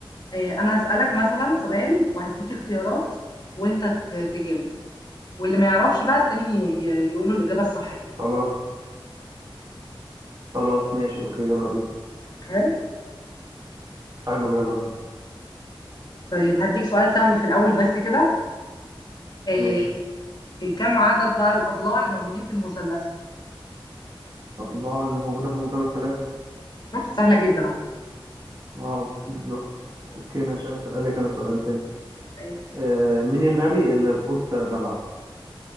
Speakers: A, on the left (about 50°); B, on the right (about 45°).
A: آه انا هسألك مثلا سؤال وهديك اختيارات وانت ت- تجاوب واللي ما يعرفش بقى التاني ي- ي- يقوله الإجابة الصحيحة
B: خلاص خلاص ماشي اوكي يلا بينا
A: حلو
B: حلو يلا بينا
A: طيب هديك سؤال سهل في الاول بس كده آه
B: ماشي
A: كم عدد بقى الاضلاع اللي موجودين في المثلث
B: الله اللي موجوده في المسلسلات
A: شفت سهلة جدا اهو
B: اه بالظبط اوكي ماشي اسالك انا سؤال تاني
A: ماشي
B: آه، مين النبي اللي الحوت بلعه